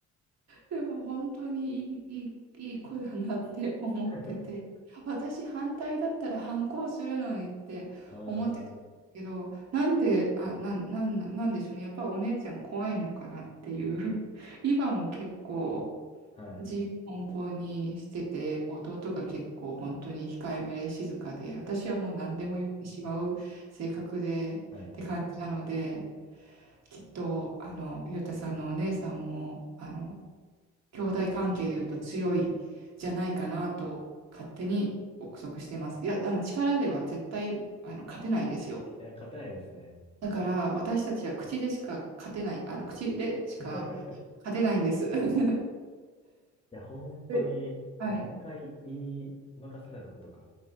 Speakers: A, on the right; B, on the left.
A: でも本当にいい、いい、いい子だなって思ってて、
B: は。<laughs>
A: 私反対だったら反抗するのにって思ってたんですけど、
B: あ
A: なんで、あ、なん、なん、なんでしょうね。やっぱお姉ちゃん怖いのかなっていう。<laughs> 今も結構
B: あ、はい、
A: 自由奔放にしてて、弟が結構本当に控えめで静かで、私はもう何でも言ってしまう性格でって感じなので、
B: はい。<laughs>
A: きっと、あの、ゆうたさんのお姉さんも、あの、兄弟関係で言うと強いじゃないかなと勝手に憶測してます。いや、あの力では絶対あの勝てないんですよ。
B: いや、勝てないですね。
A: だから私たちは口でしか勝てない、あの口でしか勝てないんです。
B: <laughs> い
A: <laughs>
B: や、本当に何回言い任されたことか。
A: えはい。